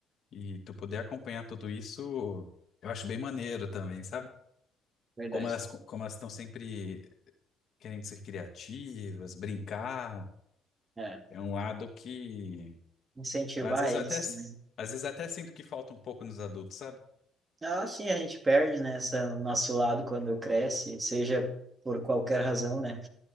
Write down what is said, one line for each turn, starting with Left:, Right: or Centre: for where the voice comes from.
Left: E tu poder acompanhar tudo isso, eu acho bem maneiro também, sabe?
Right: verdade.
Left: Como elas, como elas estão sempre querendo ser criativas, brincar,
Right: É,
Left: é um lado que
Right: incentivar
Left: às vezes
Right: eles
Left: eu até
Right: também.
Left: às vezes até sinto que falta um pouco nos adultos, sabe?
Right: Ah, sim, a gente perde, né, essa, o nosso lado quando cresce, seja por qualquer razão, né? Não